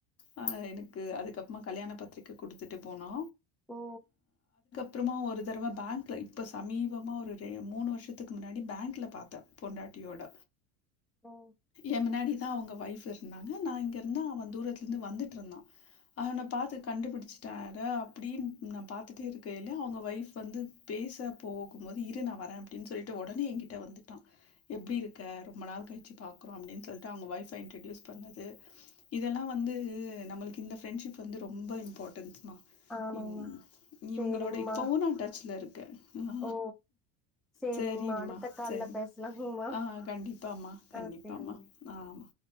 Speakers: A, on the left; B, in the centre.
A: ஆ எனக்கு அதுக்கப்பமா கல்யாண பத்ரிக்க குடுத்துட்டு போனோ
B: ஓ
A: அப்றமா ஒரு தறவ பேங்ல இப்ப சமீபமா ஒரு ரே மூணு வருஷதுக்கு முன்னாடி பேங்ல பார்த்தே பொண்டாட்டியோட
B: ஓ
A: ஏமுன்னாடி அவங்க வைஃப் இருந்தாங்க நான் இங்க இருந்து அவன் தூரத்தில இருந்து வந்துட்டு நின்னுட்டு இருந்தா அவன பாத்து கண்டு புடிச்சிட்டே அட அப்டின்னு நா பாத்துட்டு இருக்கையில அவுங்க வைஃப் வந்து பேச போகும் போது இரு நா வரே அப்டின் சொல்லிட்டு உடனே என்கிட்ட வந்துட்டா எப்டி இருக்க ரொம்ப நாள் கழிச்சி பாக்குறோ அப்டின் சொல்லிட்டு அவுங்க வைஃப் ஆ இன்டிட்யூஸ் பண்ணது இதெல்லா வந்து நம்மளுக்கு இந்த ஃப்ரெண்ட்ஷிப் வந்து ரொம்ப இம்பார்டன்ட்ஸ் ஆமா
B: ஆமாங்மா
A: இன்னு
B: சேரிங்மா
A: இவங்களோட இப்பவு நா டச்சில இருக் ஆ
B: ஓ சேரிங்மா
A: செரிம்மா
B: அடுத்த கால்ல
A: செரி
B: பேசலாங்மா
A: ஆ கண்டிப்பமா கண்டிப்பமா
B: ஆ சேரிங்
A: ஆ ஆமா